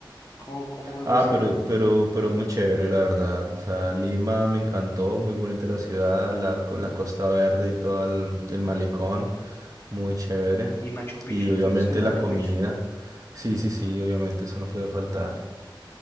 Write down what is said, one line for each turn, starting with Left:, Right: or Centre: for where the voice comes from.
Left: ¿Cómo, cómo
Right: Ah,
Left: viste
Right: pero,
Left: Perú?
Right: pero, pero muy chévere, la verdad. O sea, Lima me encantó, muy bonita la ciudad, la, co- la Costa Verde y todo el, el malecón, muy chévere.
Left: Y Machu Picchu,
Right: Y
Left: ¿estuviste
Right: obviamente
Left: en Machu
Right: la comida.
Left: Picchu?
Right: Sí, sí, sí, obviamente eso no puede faltar.